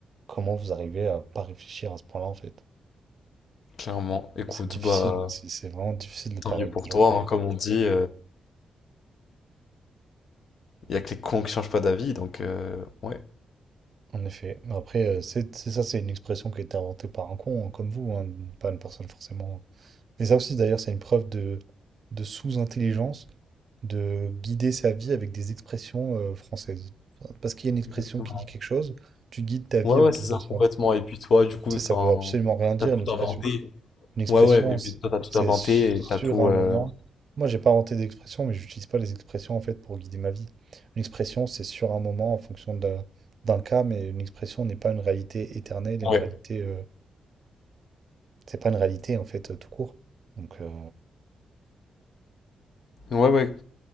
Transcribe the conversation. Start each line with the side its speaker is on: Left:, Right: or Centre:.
Right: comment vous arrivez à pas réfléchir à ce point-là en fait.
Left: Clairement. Écoute,
Right: Mais c'est difficile,
Left: bah,
Right: hein, c'est c'est vraiment difficile de parler
Left: tant mieux
Right: avec
Left: pour
Right: des gens
Left: toi.
Right: comme
Left: hein. Comme on
Right: comme
Left: dit,
Right: vous.
Left: il y a que les cons qui changent pas d'avis, donc, euh, ouais.
Right: En effet. Mais Après, euh, c'est c'est ça, c'est une expression qui a été inventée par un con, hein, comme vous, hein, pas une personne forcément. Et ça aussi, d'ailleurs, c'est une preuve de, de sous-intelligence, de guider sa vie avec des expressions euh, françaises. Enfin, Parce qu'il y a une expression
Left: Exactement.
Right: qui dit quelque chose, tu guides ta vie
Left: Ouais, ouais,
Right: autour
Left: c'est
Right: de
Left: ça,
Right: ça.
Left: complètement. Et puis toi, du coup,
Right: Tu
Left: enfin,
Right: sais, ça veut absolument rien dire,
Left: t'as tout
Right: une expression.
Left: inventé.
Right: Une expression,
Left: Ouais, ouais, et
Right: c-
Left: puis toi, t'as tout
Right: c'est
Left: inventé
Right: sur
Left: et t'as tout.
Right: un
Left: euh,
Right: moment. Moi, j'ai pas inventé d'expression, mais j'utilise pas les expressions en fait pour guider ma vie. Une expression, c'est sur un moment en fonction d'un d'un cas, mais une expression n'est pas une réalité éternelle,
Left: Ouais.
Right: et une réalité, euh, c'est pas une réalité en fait euh, tout court. Donc, euh,
Left: Ouais, ouais,